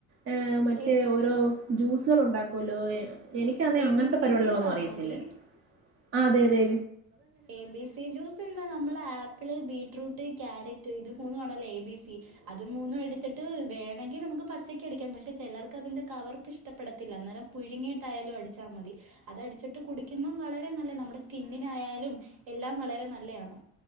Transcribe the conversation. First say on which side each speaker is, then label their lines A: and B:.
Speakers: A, on the right; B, on the right.
A: ഹ് മറ്റേ
B: എ
A: ഓരോ ജൂസ് ഉണ്ടാക്കുമല്ലോ എനിക്കാണെ
B: എ
A: അങ്ങനത്തെ
B: ബി സി
A: പരിപാടികളൊന്നും
B: ജ്യൂസാണോടി
A: അറിയത്തില്ല അതെതെ
B: എ ബി സി ജ്യൂസ് എന്താ നമ്മൾ ആപ്പിള് ബീട്രൂട്ട് ക്യാരറ്റ് ഇത് മൂന്നുമാണല്ലോ എ ബി സി അത് മൂന്നും എടുത്തിട്ട് വേണെങ്കിൽ നമുക്ക് പച്ചക്ക് അടിക്കാം പക്ഷെ ചിലർക്ക് അതിന്റെ കവർപ്പ് ഇഷ്ടപ്പെടത്തില്ല അന്നേരം പുഴുങ്ങിയിട്ടായാലും അടിച്ചാൽ മതി അത് അടിച്ചിട്ട് കുടി ക്കുമ്പോൾ വളരെ നല്ല നമ്മുടെ സ്കിന്നിനായാലും എല്ലാം വളരെ നല്ലതാണ്